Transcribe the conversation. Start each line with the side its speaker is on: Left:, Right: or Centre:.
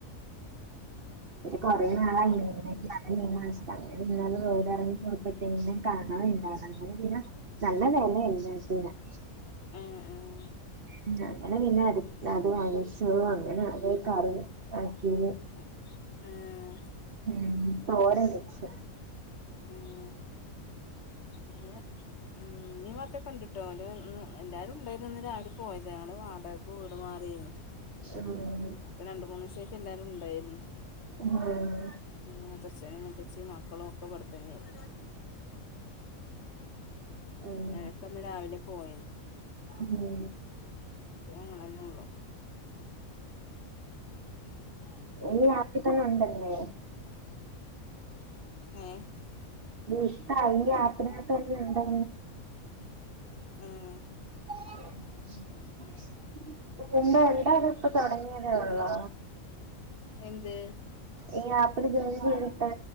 Right: ഒരു കൊറേ നാളായി
Left: ഉം
Right: <unintelligible> <unintelligible> നല്ല വെലേണ് <unintelligible>
Left: ഏഹ് ഏഹ്
Right: ഉം അങ്ങനെ പിന്നെ അത് അത് വാങ്ങിച്ചു അങ്ങനെ അത് കറി ആക്കി
Left: ആഹ് ആഹ്
Right: ഉം തോരൻ വെച്ചു
Left: ആഹ് അങ്ങനെ ഉം ഇമ്മിം വാപ്പ കണ്ട്ട്ടോ എല്ലാരും ഉണ്ടാര്ന്ന് ഇന്ന് രാവിലെ പോയത ഞങ്ങൾ വാടകക്ക് വീട് മാറേര്ന്നു
Right: ആഹ്
Left: അപ്പ രണ്ട് മൂന്നീസായിട്ട് എല്ലാരും ഇണ്ടായിരുന്നു
Right: ഉം
Left: മൂത്തച്ഛനും മൂത്തച്ചിം മ ക്കളും ഒക്ക ഇപടത്തന്നെര്ന്നു
Right: ഉം
Left: ഓലൊക്കേ ഇന്ന് രാവിലെ പോയത്
Right: ഉം
Left: ഇപ്പൊ ഞങ്ങളന്നെ ഉള്ളു
Right: ഈ ആക്കി തന്നെ ഉണ്ടല്ലേ
Left: ഏഹ്
Right: ഇത്ത ഈ ആപ്പിനകത്തന്നെ ഇണ്ടാ
Left: ഉം
Right: ഉം <unintelligible> ഇപ്പ തൊടങ്ങേതേ ഒള്ളോ
Left: എന്ത്
Right: ഈ ആപ്പിൽ ജോയിൻ ചെയ്ത്ട്ട്